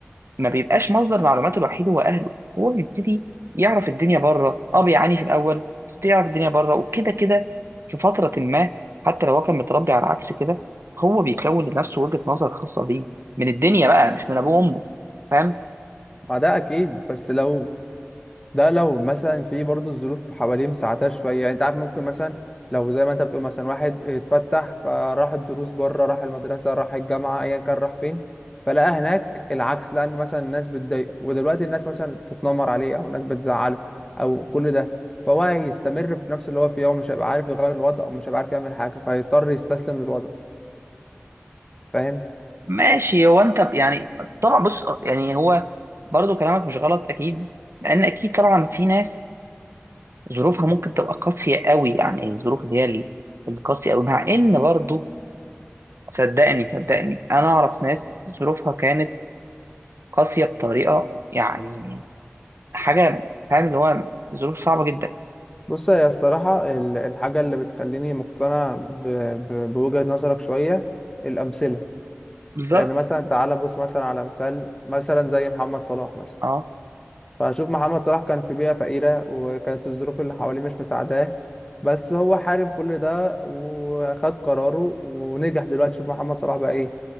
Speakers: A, on the right; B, on the left.
A: ما بيبقاش مصدر معلوماته الوحيد هو اهله هو بيبتدي يعرف الدنيا بره اه بيعاني في الاول بس يعرف الدنيا بره وكده كده في فتره ما حتى لو هو كان متربي على عكس كده هو بيكون لنفسه وجهه نظر خاصه بيه من الدنيا بقى مش من ابوه وامه فاهم
B: ما ده اكيد بس لو ده لو مثلا في برضه الظروف حواليه مساعدة شوية يعني انت عارف ممكن مثلا لو زي ما انت بتقول مثلا واحد اتفتح فراح الدروس بره راح المدرسة راح الجامعة ايا كان راح فين فلقى هناك العكس لأن مثلا الناس بتضايقه ودلوقتي الناس مثلا بتتنمر عليه أو الناس بتزعله أو كل ده فهو هيستمر في نفس اللي هو فيه ومش هيبقى عارف يغير الوضع ومش هيبقى عارف يعمل حاجة فهيضطر يستسلم للوضع فاهم
A: فماشي هو انت يعني طبعا بص يعني هو برضو كلامك مش غلط اكيد لان اكيد طبعا في ناس ظروفها ممكن تبقى قاسيه قوي يعني الظروف اللي هي ال- القاسيه قوي مع ان برضو صدقني صدقني انا اعرف ناس ظروفها كانت قاسية بطريقة يعني حاجة فاهم اللي هو ظروف صعبة جدا
B: بص هي الصراحة ال- الحاجة اللي بتخليني مقتنع ب- ب- بوجهة نظرك شوية الأمثلة
A: بالظبط
B: لان مثلا تعالى بص مثلا على مثال مثلا زي محمد صلاح مثلا
A: اه
B: فهشوف محمد صلاح كان في بيئة فقيرة وكانت الظروف اللي حواليه مش مساعداه بس هو حارب كل ده وخد قراره ونجح دلوقتي شوف محمد صلاح بقى ايه